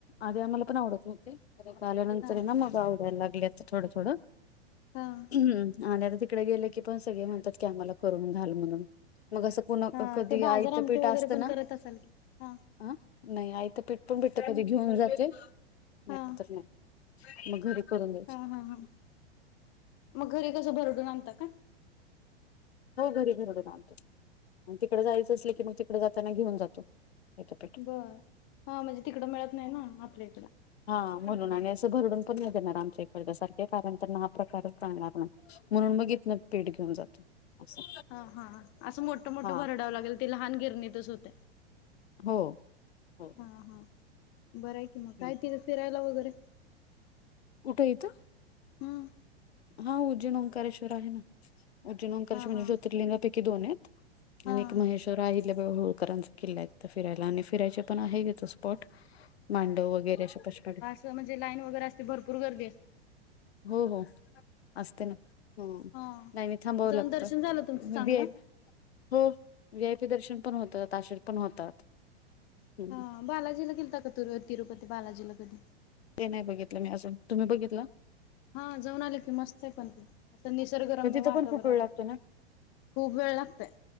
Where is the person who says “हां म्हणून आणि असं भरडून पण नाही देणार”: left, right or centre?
Left